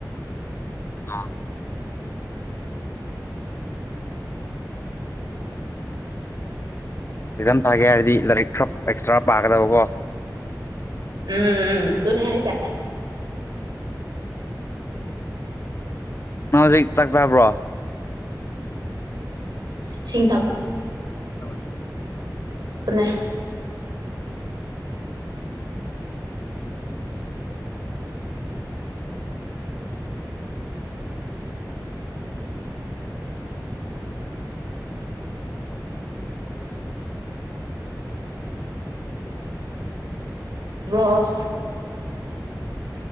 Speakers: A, on the left; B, on the right.
A: <unintelligible> ꯑꯦꯛꯖꯥꯝ ꯊꯥꯒꯦ ꯍꯥꯏꯔꯗꯤ ꯂꯥꯏꯔꯤꯛ ꯈꯔ ꯑꯦꯛꯁꯇ꯭ꯔꯥ ꯄꯥꯒꯗꯕꯀꯣ
B: ꯎꯝ ꯎꯝ ꯗꯨꯅꯦ ꯍꯥꯏꯁꯦ
A: ꯅꯪ ꯍꯧꯖꯤꯛ ꯆꯥꯛ ꯆꯥꯕ꯭ꯔꯣ
B: ꯏꯁꯤꯡꯊꯛ
A: <unintelligible>
B: <unintelligible> <inaudible>